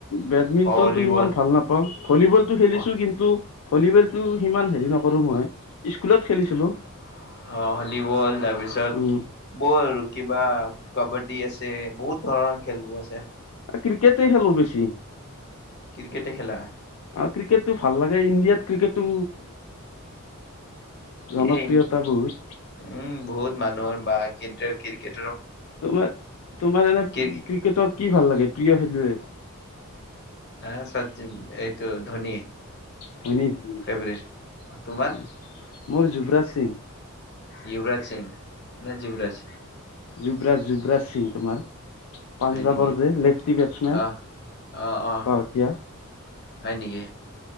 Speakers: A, on the left (about 70°); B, on the left (about 50°).
A: বেডমিণ্টনতটো
B: ভলীবল
A: ইমান ভাল নাপাওঁ ভলীবলটো খেলিছো
B: অ
A: কিন্তু ভলীবল। টো সিমান হেৰি নকৰো মই। স্কুলত খেলিছিলো
B: অ', ভলীবল তাৰপিছত
A: উম
B: বল কিবা। কাবাড্ডী আছে বহুত। ধৰণৰ খেলবোৰ আছে।
A: ক্ৰিকেটেই খেলো বেছি।
B: ক্ৰিকেটে খেলা
A: অ', ক্ৰিকেটটো ভাল লাগে ইণ্ডিয়াত। ক্ৰিকেটো। জনপ্ৰিয়তা
B: এই,
A: বহুত
B: উ'ম বহুত মানুহৰ বা ক্ৰিকেট। ক্ৰিকেট।
A: তোমাৰ তোমাৰ এনে
B: কি
A: ক্ৰিকেটত। কি ভাল লাগে প্ৰিয় খেলুৱে?
B: হে এইটো ধোনী
A: ধনী ধনী
B: ফেৱৰেট, তোমাৰ?
A: অ মোৰ যুৱৰাজ সিং।
B: যুুৱৰাজ সিং। নে যুৱৰাজ
A: যোৱৰাজ যোৱৰাজ সিং তোমাৰ, পাঞ্জাবৰ
B: হয় নেকি
A: যে লেফটি বেটছমেন
B: আহ অ অ
A: পকা।
B: হয় নেকি,